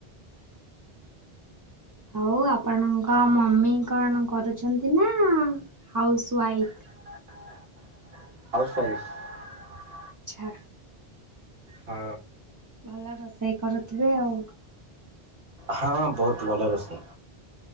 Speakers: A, on the right; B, on the right.
A: ଆଉ ଆପଣଙ୍କ ମମି କଣ କରୁଛନ୍ତି ନା ହାଉସ ୱାଇଫ।
B: ହଁ <unintelligible> ହାଉସୱାଇଫ୍।
A: ଆଛା।
B: ହଁ।
A: ଭଲ ରୋଷେଇ କରୁଥିବେ ଆଉ।
B: ହଁ ବହୁତ ଭଲ ରୋଷେଇ।